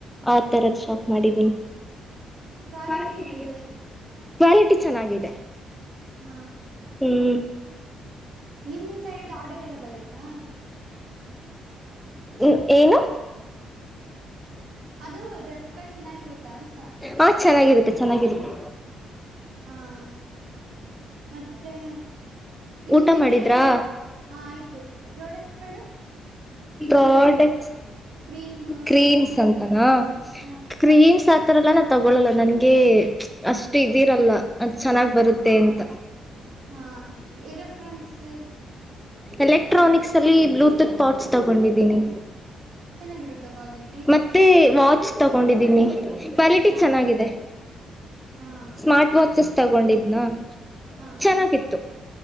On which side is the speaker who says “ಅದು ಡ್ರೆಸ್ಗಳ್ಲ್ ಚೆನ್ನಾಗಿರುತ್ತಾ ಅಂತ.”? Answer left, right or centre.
Right